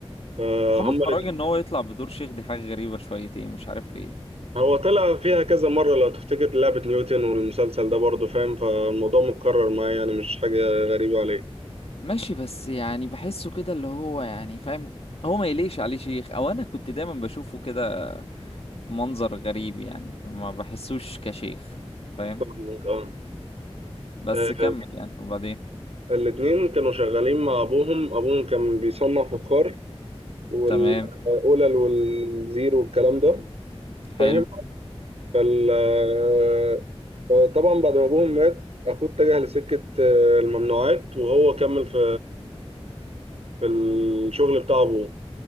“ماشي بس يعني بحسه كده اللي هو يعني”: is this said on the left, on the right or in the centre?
Left